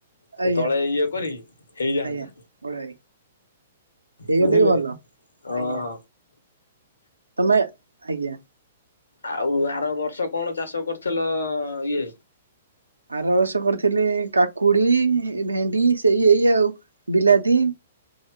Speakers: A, on the left; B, on the right.
A: ସେ
B: ଆଜ୍ଞା
A: ତଳେ ଇଏ କରିକି ହେଇଯାଆନ୍ତା।
B: ଆଜ୍ଞା ବଡ଼ ଭାଇ। ହେଇଗଲେ
A: ବୁଝିଲେ
B: ବି ଭଲ
A: ହଁ।
B: ଆଜ୍ଞା ତମେ ଆଜ୍ଞା।
A: ଆଉ ଆର ବର୍ଷ କଣ ଚାଷ କରିଥିଲ? ଇଏ
B: ଆର ବର୍ଷ କରିଥିଲି କାକୁଡି, ଭେଣ୍ଡି ସେଇ ଏଇ ଆଉ ବିଲାତି